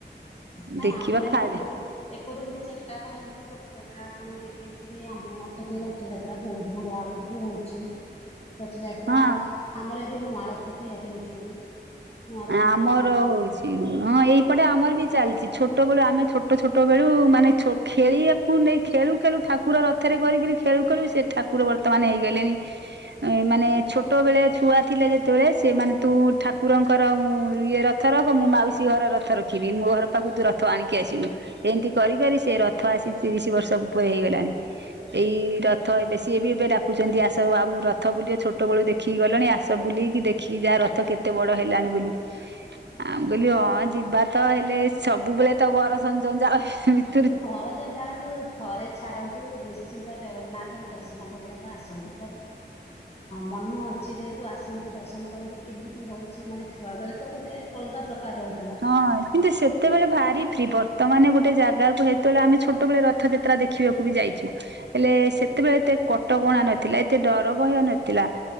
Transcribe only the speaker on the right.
ଦେଖିବା
ଖାରେ
ହଁ
ଆମର
ହଉଛି ହଁ ଏଇପଟେ ଆମର ବି ଚାଲିଛି ଛୋଟ ଟ ବେଳୁ ଆମେ ଛୋଟ ଛୋଟ ବେଳୁ ମାନେ ଛୋ ଖେଳିବାକୁ ନେଇ ଖେଳୁ ଖେଳୁ ଠାକୁର ରଥ ଥେରେ କରିକିରି ଖେଳୁ ଖେଳୁ ସେ ଠାକୁର ବର୍ତ୍ତମାନ ହେଇଗଲେଣିି ଏ ମାନେ ଛୋଟ ବେଳେ ଛୁଆ ଥିଲା ଯେତେବେଳେ ସେମାନେ ତୁ ଠାକୁରଙ୍କ କର ଉଁ ଇଏ ରଥ ରଖ ମୁଁ ମାଉସୀ ଘର ରଥ ରଖିବି। ମୋ ଘର ପାଖକୁ ତୁ ରଥ ଆଣିକି ଆସିବୁ। ଏମିତି କରି କରି ସେ ରଥ ଆସି ତିରିଶ ବର୍ଷ ଉପରେ ହେଇଗଲାଣି। ଏଇ ରଥ ଏବେ ସିଏବି ଏବେ ଡାକୁଛନ୍ତି ଆସ ଆଉ ରଥ ବୁଲିବେ ଛୋଟ ବେଳୁ ଦେଖ ଦେଖିକି ଗଲେଣି ଆସ ବୁଲିକି ଦେଖିକି ଯାହା ରଥ କେତେ ବଡ ହେଲାଣି ବୋଲି। ଆ ମୁ କହିଲି ହଁ ଯିବା ତ ହେଲେ ସବୁବେଳେ ତ ଘର ସ ଜଂଜାଳ ଭି
ହଁ କିନ୍ତୁ ସେତେବେଳେ ଭାରି ଫ୍ରି ବର୍ ତ ମାନେ ଗୋଟେ ଜାଗାକୁ ହେତେବେଳେ ଆମେ ଛୋଟବେଳେ ରଥଯାତ୍ରା ଦେଖିବାକୁ ବି ଯାଇଛୁ ହେଲେ ସେତେବେଳେ ଏତେ କଟକଣା ନଥିଲା ଏତେ ଡର ଭୟ ନଥିଲା।